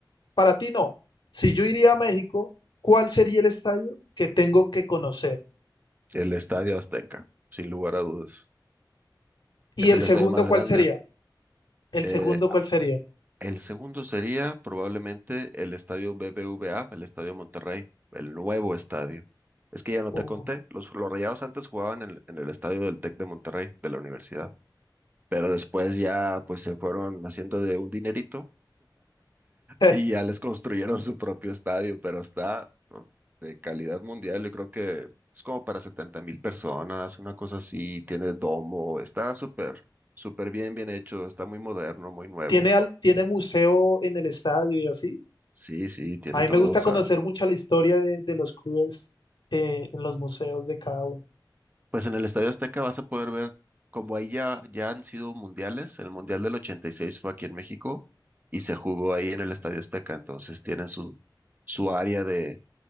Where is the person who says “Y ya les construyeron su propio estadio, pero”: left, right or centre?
Right